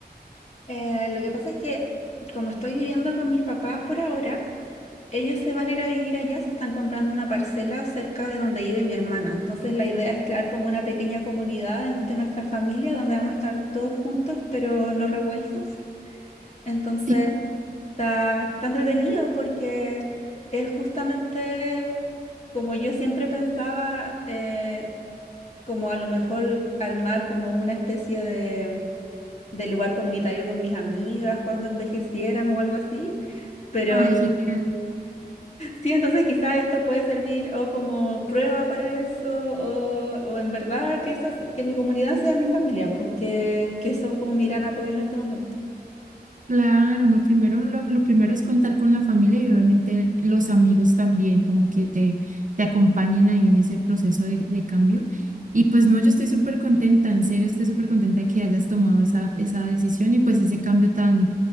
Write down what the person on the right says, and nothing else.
Sí.
Ay, genial.
Claro, no, primero lo, lo primero es contar con la familia y obviamente los amigos también, como que te, te acompañen ahí en ese proceso de, de cambio. Y pues no, yo estoy súper contenta, en serio estoy súper contenta de que hayas tomado esa, esa decisión y pues ese cambio tan,